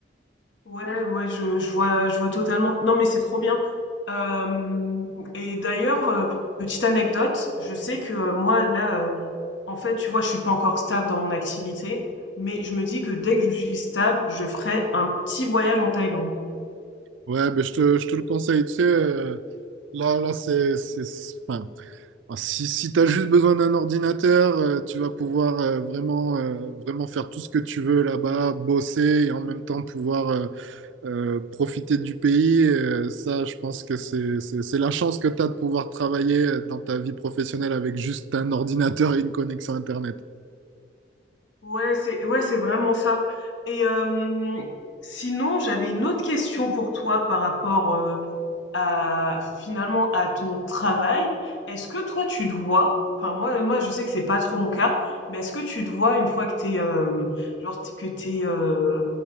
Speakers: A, on the left; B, on the right.
A: Ouais, ouais, je, je vois, je vois totalement. Non, mais c'est trop bien. Euh, et d'ailleurs, euh, petite anecdote, je sais que euh, moi, là, euh, en fait, tu vois, je suis pas encore stable dans mon activité, mais je me dis que dès que je suis stable, je ferai un petit voyage en Thaïlande.
B: Ouais, ben, je te, je te le conseille, tu sais, euh, là, là, c'est, c'est, enfin, Alors, si si tu as juste besoin d'un ordinateur, euh, tu vas pouvoir euh, vraiment, euh, vraiment faire tout ce que tu veux là-bas, bosser et en même temps pouvoir euh, euh, profiter du pays. Euh, ça, je pense que c'est, c'est, c'est la chance que tu as de pouvoir travailler euh, dans ta vie professionnelle avec juste un <laughs> ordinateur et une connexion Internet.
A: Ouais, c'est, ouais, c'est vraiment ça. Et euh, sinon, j'avais une autre question pour toi par rapport euh, à finalement à ton travail, est-ce que toi tu te vois, enfin moi moi je sais que c'est pas trop mon cas, mais est-ce que tu te vois une fois que t'es euh, genre t- que t'es euh,